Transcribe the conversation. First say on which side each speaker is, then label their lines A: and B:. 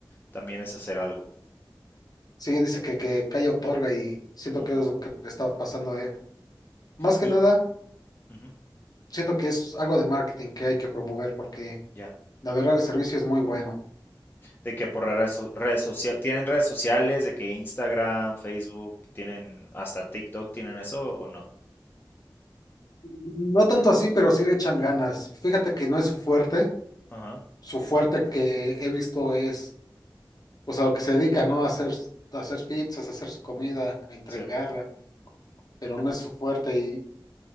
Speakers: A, on the left; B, on the left.
A: También es hacer algo.
B: sí, dice que, que calla otorga y siento
A: Ujú.
B: que es lo que le está pasando a él. Más que
A: Y
B: nada.
A: ujú,
B: siento que es algo de marketing que hay que promover porque
A: ya.
B: la verdad el servicio es muy bueno.
A: De que por redes, so- redes sociales, ¿tienen redes sociales? De que Instagram, Facebook, tienen hasta TikTok, ¿tienen eso o no?
B: No tanto así, pero sí le echan ganas. Fíjate que no es su fuerte.
A: Ajá,
B: Su fuerte que he visto es, o sea, lo que se dedica, ¿no? A hacer, a hacer pizzas, a hacer su comida, a entregarla,
A: sí.
B: pero no es su fuerte. Y,